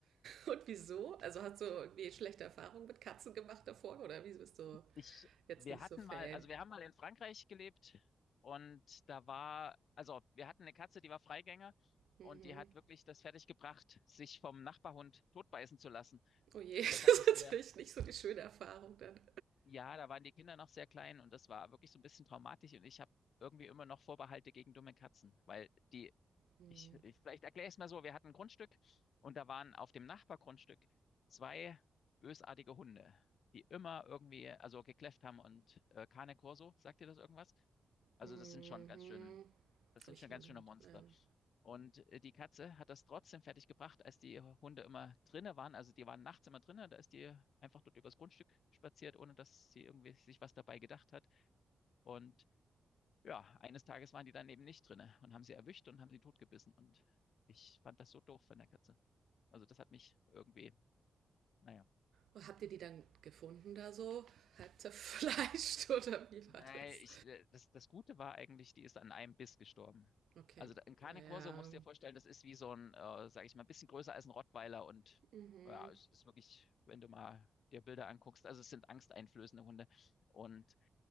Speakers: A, on the right (about 85°); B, on the left (about 60°).
A: Und wieso? Also hast du irgendwie schlechte Erfahrungen mit Katzen gemacht davor oder wieso bist du
B: Ich,
A: jetzt
B: wir
A: nicht
B: hatten
A: so Fan?
B: mal, also wir haben mal in Frankreich gelebt und da war, also wir hatten eine Katze, die war Freigänger
A: Mhm.
B: und die hat wirklich das fertiggebracht, sich vom Nachbarhund totbeißen zu lassen.
A: Oh je,
B: Und
A: <laughs> das
B: das hat
A: ist
B: mich sehr,
A: natürlich nicht so die schöne Erfahrung dann.
B: ja, da waren die Kinder noch sehr klein und das war wirklich so ein bisschen traumatisch und ich habe irgendwie immer noch Vorbehalte gegen dumme Katzen, weil die
A: Mhm.
B: ich, ich vielleicht erkläre es mal so. Wir hatten ein Grundstück und da waren auf dem Nachbargrundstück zwei bösartige Hunde, die immer irgendwie, also gekläfft haben und äh, Cane Corso, sagt dir das irgendwas? Also
A: Mhm.
B: das sind schon ganz schön, das
A: Habe
B: sind
A: ich
B: schon
A: mal
B: ganz
A: gehört.
B: schöne Monster.
A: Ähm.
B: Und äh, die Katze hat das trotzdem fertig gebracht, als die Hunde immer drinne waren. Also die waren nachts immer drinne, da ist die einfach dort übers Grundstück spaziert, ohne dass sie irgendwie sich was dabei gedacht hat. Und ja, eines Tages waren die dann eben nicht drinne und haben sie erwischt und haben sie totgebissen. Und ich fand das so doof von der Katze. Also das hat mich irgendwie, naja.
A: Und habt ihr die dann gefunden da so? Halb zerfleischt <laughs> oder wie
B: Nein,
A: war das?
B: ich, äh, das, das Gute war eigentlich, die ist an einem Biss gestorben.
A: Okay.
B: Also da- ein Cane
A: Naja.
B: Corso musst du dir vorstellen, das ist wie so ein, äh, sag ich mal, ein bisschen größer als ein Rottweiler und
A: Mhm.
B: ja, es ist wirklich, wenn du mal dir Bilder anguckst, also es sind angsteinflößende Hunde. Und